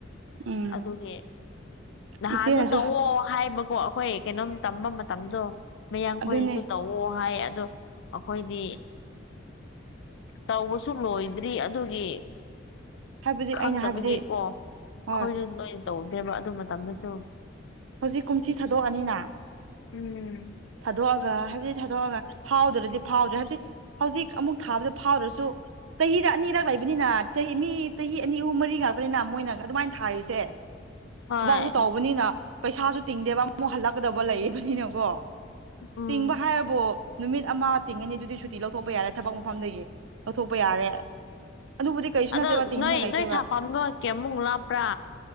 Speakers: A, on the right; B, on the left.
A: ꯎꯝ
B: ꯑꯗꯨꯒꯤ ꯅꯍꯥꯁꯨ
A: ꯏꯆꯦꯅꯁꯨ
B: ꯇꯧꯑꯣ ꯍꯥꯏꯕ ꯀꯣ ꯑꯩꯈꯣꯏ ꯀꯩꯅꯣꯝ ꯇꯝꯕ ꯃꯇꯝꯗꯣ ꯃꯌꯥꯡꯈꯣꯏꯅꯁꯨ
A: ꯑꯗꯨꯅꯦ
B: ꯇꯧꯋ ꯍꯥꯏ ꯑꯗꯣ ꯑꯩꯈꯣꯏꯗꯤ ꯇꯧꯕꯁꯨ ꯂꯣꯏꯗ꯭ꯔꯤ ꯑꯗꯨꯒꯤ
A: ꯍꯥꯏꯕꯗꯤ ꯑꯩꯅ
B: ꯈꯪꯗꯕꯒꯤꯀꯣ
A: ꯍꯥꯏꯕꯗꯤ
B: ꯑꯩꯈꯣꯏꯁꯨ
A: ꯍꯣꯏ
B: ꯅꯣꯏꯅ ꯇꯧꯗꯦꯕ ꯑꯗꯨ ꯃꯇꯝꯗꯁꯨ
A: ꯍꯧꯖꯤꯛ ꯀꯨꯝꯁꯤ ꯊꯥꯗꯣꯛꯑꯅꯤꯅ
B: ꯎꯝ
A: ꯊꯥꯗꯣꯛꯑꯒ ꯍꯥꯏꯕꯗꯤ ꯊꯥꯗꯣꯛꯑꯒ ꯐꯥꯎꯗ꯭ꯔꯗꯤ ꯐꯥꯎꯗ꯭ꯔꯦ ꯍꯥꯏꯕꯗꯤ ꯍꯧꯖꯤꯛ ꯑꯃꯨꯛ ꯊꯥꯕꯗ ꯐꯥꯎꯗ꯭ꯔꯁꯨ ꯆꯍꯤꯗ ꯑꯅꯤꯔꯛ ꯂꯩꯕꯅꯤꯅ ꯆꯍꯤ ꯃꯤ ꯆꯍꯤ ꯑꯅꯤ ꯑꯍꯨꯝ ꯃꯔꯤ ꯉꯥꯛꯄꯅꯤꯅ ꯃꯣꯏꯅꯒ ꯑꯗꯨꯃꯥꯏꯅ ꯊꯥꯔꯤꯁꯦ
B: ꯍꯣꯏ
A: ꯊꯕꯥꯛꯇꯨ ꯇꯧꯕꯅꯤꯅ ꯄꯩꯁꯥꯁꯨ ꯇꯤꯡꯗꯦꯕ ꯑꯃꯨꯛ ꯍꯜꯂꯛꯀꯗꯕ ꯂꯩꯕꯅꯤꯅꯀꯣ
B: ꯎꯝ
A: ꯇꯤꯡꯕ ꯍꯥꯏꯔꯕꯣ ꯅꯨꯃꯤꯠ ꯑꯃ ꯇꯤꯡꯉꯅꯤ ꯑꯗꯨꯗꯤ ꯁꯨꯇꯤ ꯂꯧꯊꯣꯛꯄ ꯌꯥꯔꯦ ꯊꯕꯛ ꯃꯐꯝꯗꯒꯤ ꯂꯧꯊꯣꯛꯄ ꯌꯥꯔꯦ ꯑꯗꯨꯕꯨꯗꯤ ꯀꯩꯁꯨ
B: ꯑꯗꯣ
A: ꯅꯠꯇꯦꯕ ꯇꯤꯡꯅꯤꯡꯉꯥꯏ
B: ꯅꯣꯏ
A: ꯂꯩꯇꯦꯕ
B: ꯅꯣꯏ ꯊꯥꯐꯝꯝ ꯅꯣꯀꯦ ꯑꯃꯨꯛ ꯂꯥꯞꯄ꯭ꯔꯥ